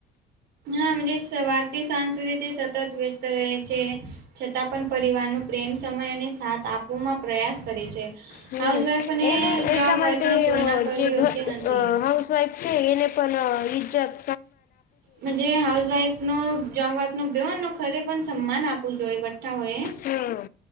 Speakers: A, on the right; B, on the left.
A: હા તે સવારથી સાંજ સુધી તે સતત વ્યસ્ત રહે છે. છતાં પણ પરિવારનો પ્રેમ સમય અને સાથ આપોમાં પ્રયાસ કરે છે.
B: હમ્મ
A: હાઉસવાઈફ અને
B: એ ને એમના
A: જોબ વાઈફની
B: માટે જે
A: તુલના
B: <unintelligible> આ હાઉસ
A: કરવી યોગ્ય નથી.
B: હાઉસવાઈફ છે એ ને પણ ઇજ્જત
A: મ જે હાઉસ વાઈફનો જોબવાઈફ નો બહન નો ખરે પણ સન્માન આપવું જોઈએ બઠ્ઠા હો એ.
B: હમ્મ